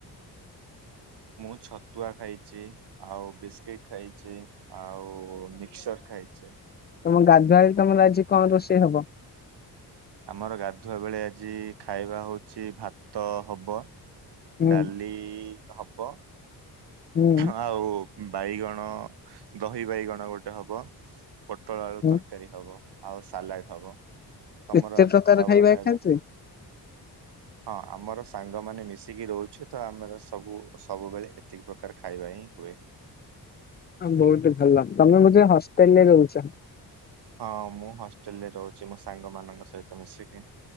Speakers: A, on the right (about 90°); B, on the left (about 25°).
A: ମୁଁ ଛତୁଆ ଖାଇଚି ଆଉ ବିସ୍କିଟ ଖାଇଚି। ଆଉ ମିକ୍ସଚର୍ ଖାଇଚି।
B: ତମ ଗାଧୁଆବେଳେ ତମର ଆଜି କଣ ରୋଷେଇ ହବ?
A: ଆମର ଗାଧୁଆ ବେଳେ ଆଜି ଖାଇବା ହଉଛି ଭାତ ହବ।
B: ହୁଁ
A: ଡାଲି ହବ।
B: ହୁଁ
A: ଆଉ ବାଇଗଣ ଦହି ବାଇଗଣ ଗୋଟେ ହବ। ପୋଟଳ ଆଳୁ
B: ହୁଁ
A: ତରକାରୀ ହବ ଆଉ ସାଲାଡ ହବ। ତମର
B: ଏତେ
A: ଆଜି
B: ପ୍ରକାର
A: ଖରାବେଳ ଖାଇବା
B: ଖାଉଛ
A: କଣ? ହଁ ଆମର ସାଙ୍ଗମାନେ ମିଶିକି ରହୁଛୁ ତ ଆମର ସବୁ ସବୁବେଳେ ଏତିକି ପ୍ରକାର ଖାଇବା ହିଁ ହୁଏ।
B: ହଁ ବହୁତ ଭଲ। ତମେ ବୋଧେ ହଷ୍ଟେଲ ରେ ରୋହୁଚ?
A: ହଁ ମୁଁ ହଷ୍ଟେଲ ରେ ରହୁଛି ମୋ ସାଙ୍ଗ ମାନଙ୍କ ସହିତ ମିଶିକି।